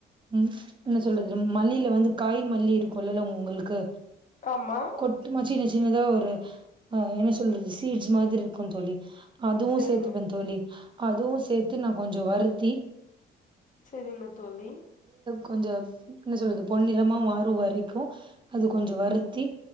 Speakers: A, on the right; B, on the left.
A: உம் என்ன சொல்றது மல்லில வந்து காய் மல்லி இருக்கும்ல்லல்ல உங்கள்க்கு,
B: ஆமா
A: கொட்டு மச்சினச் ஜினதா ஒர் அஹ் என்ன சொல்றது, சீட்ஸ் மாதிரி இருக்கு தோழி. அதுவு
B: செரிங்க
A: சேத்துப்ப தோழி. அதுவு சேத்து நா கொஞ்சோ வருத்தி
B: செரிங்க தோழி
A: கொஞ்சோ ன்ன சொல்றது பொன்னிறமா மாறு வரைக்கு அது கொஞ்சோ வருத்தி,